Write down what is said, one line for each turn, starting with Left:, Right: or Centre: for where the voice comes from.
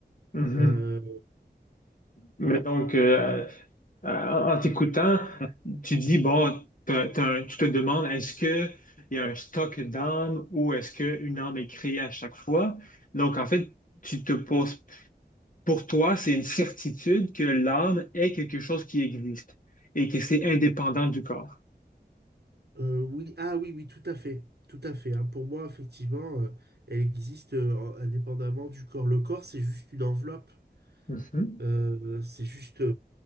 Left: mhm.
Right: Euh,
Left: Mais donc, euh,
Right: je sais pas.
Left: euh, en t'écoutant, tu dis, bon, t'as- t'as tu te demandes, est-ce que il y a un stock d'âmes ou est-ce qu'une âme est créée à chaque fois? Donc, en fait, tu te poses Pour toi, c'est une certitude que l'âme est quelque chose qui existe et que c'est indépendant du corps.
Right: Euh, oui, ah oui, oui, tout à fait. Tout à fait. hein. Pour moi, effectivement, euh, elle existe euh, indépendamment du corps. Le corps, c'est juste une enveloppe.
Left: Mhm,
Right: Euh, c'est juste